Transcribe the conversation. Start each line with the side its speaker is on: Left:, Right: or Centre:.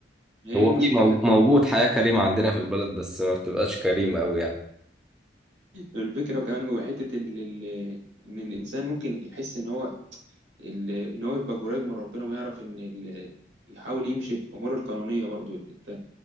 Right: هي
Centre: هو
Right: دي المشكلة
Centre: في مو-
Right: هي
Centre: موجود
Right: دي
Centre: حياة كريمة عندنا في البلد بس ما بتبقاش كريمة أوي يعني
Right: الفكرة وكمان هو حتة ال- ال- ان الانسان ممكن يحس ان هو ال- ان هو يبقى قريب من ربنا ويعرف ان ال- يحاول يمشي في اموره القانونية برضو انت